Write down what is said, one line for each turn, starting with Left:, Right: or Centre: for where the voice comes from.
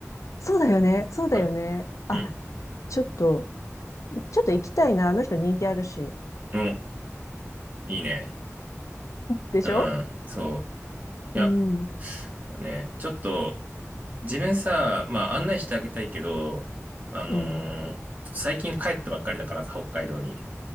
Left: そうだよね、そうだよね。
Right: そ
Left: あ、
Right: う。うん。
Left: ちょっと、ちょっと行きたいな、あの人人気あるし。
Right: うん。いいね。
Left: でしょ
Right: うん。そう。
Left: うん。
Right: いや、ね、ちょっと、自分さ、まあ、案内してあげたいけど、あの
Left: うん。
Right: ー最近帰ったばっかりだからさ、北海道に。